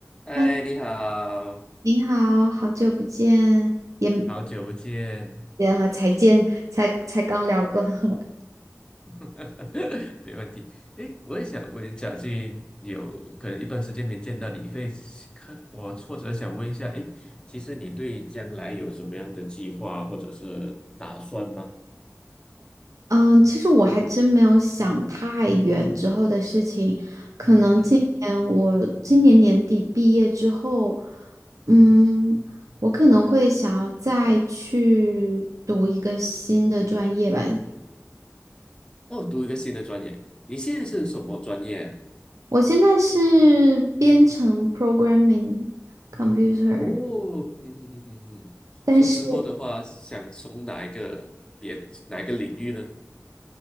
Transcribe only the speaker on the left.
嗨，
你好，
好久不见，
<laughs> 没问题。诶，我也想问，一下去有可能一段时间没见到你，会看我挫折，想问一下，诶，其实你对将来有什么样的计划或者是打算吗？
嗯哼，
哦，读一个新的专业，你现在是什么专业啊
哦，嗯哼哼哼哼，
说之后的话，想从哪一个别哪一个领域呢？